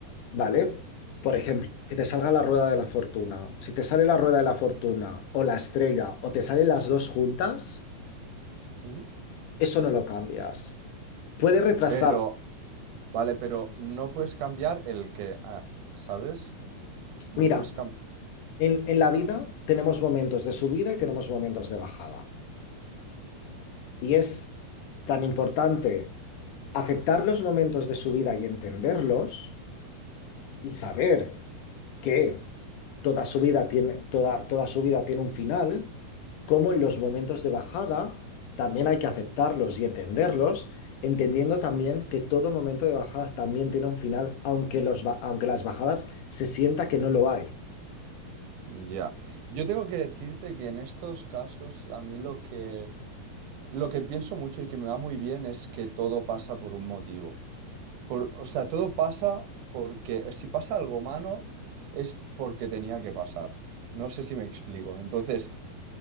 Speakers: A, on the left (about 65°); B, on the right (about 70°).
A: ¿vale? Por ejemplo, que te salga la rueda de la fortuna. Si te sale la rueda de la fortuna o la estrella o te salen las dos juntas,
B: Mm.
A: eso no lo cambias. Puede retrasar.
B: Pero, vale, pero no puedes cambiar el que, ah, ¿sabes? No
A: Mira,
B: puedes cambiar.
A: en, en la vida tenemos momentos de subida y tenemos momentos de bajada. Y es tan importante aceptar los momentos de subida y entenderlos y saber que toda su vida tiene, toda, toda su vida tiene un final, como en los momentos de bajada también hay que aceptarlos y entenderlos, entendiendo también que todo momento de bajada también tiene un final, aunque, los, ba- aunque las bajadas se sienta que no lo hay.
B: Ya. Yo tengo que decirte que en estos casos a mí lo que lo que pienso mucho y que me va muy bien es que todo pasa por un motivo. Por, o sea, todo pasa porque si pasa algo malo es porque tenía que pasar. No sé si me explico. Entonces,